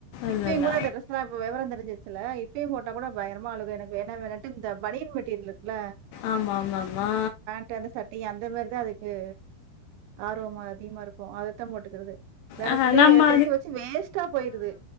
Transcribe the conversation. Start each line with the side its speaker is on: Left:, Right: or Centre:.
Right: இப்பயு
Left: இல்ல இல்ல
Right: கூட அந்த ட்ரெஸ்தா இப்ப விவர தெரிஞ்சுருச்சுல இப்பயே போட்டா கூட பயங்கரமா அழுகு எனக்கு வேனா வேணாட்டு இந்த பனியன் மெட்டீரியல் இருக்குல்ல
Left: ஆமா ஆமா ஆமா
Right: <unintelligible> சட்டயு அந்த மாரி தா இருக்கு ஆர்வமா அதிகமா இருக்கு அதத் தா போட்டுக்கிறது வேற
Left: ஆஹ்
Right: துணிய
Left: நம்ம
Right: எல்லா எடுத்து எடுத்து வச்சு வேஸ்ட்டா போய்டுது